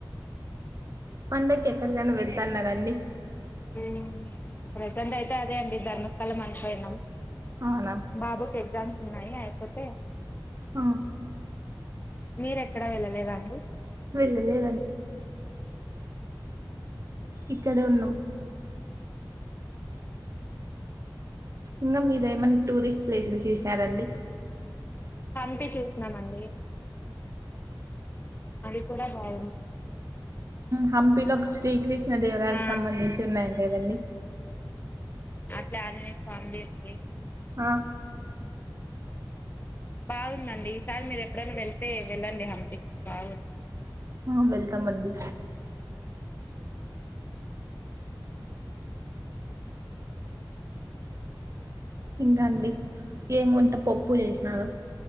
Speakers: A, on the right; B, on the left.
A: పండక్కి ఎక్కడికెనా వెళ్తన్నారండి?
B: హు ప్రజెంట్ అయితే అదే అండి ధర్మస్థలం అనికొయిన్నం,
A: అవునా
B: బాబుకి ఎగ్జామ్స్ ఉన్నాయి అయిపోతే
A: ఆ,
B: మీరెక్కడ వెళ్ళలేదండి.
A: వెళ్ళలే
B: హు
A: ఇక్కడే ఉన్నం. ఇంకా మీరెమైన్నా టూరి ప్లేస్ లు చూసున్నారండి.
B: హంపి చూసినామండి అది కూడా బాగుంది.
A: హంపిలో
B: హంపి
A: శ్రీకృష్ణ దేవరాకి
B: ఆ
A: సంబంధించి ఉన్నాయం లేదండి
B: ప్లాన్ ఫందింది
A: ఆ
B: బాగుందండి ఈసారి మీరు ఎప్పుడైనా వెళ్తే వెళ్ళండి హంపి బాగు
A: ఆ వెళ్తాం అడి ఇంకా అండి ఏమి ఉంటే పప్పు చేసినారు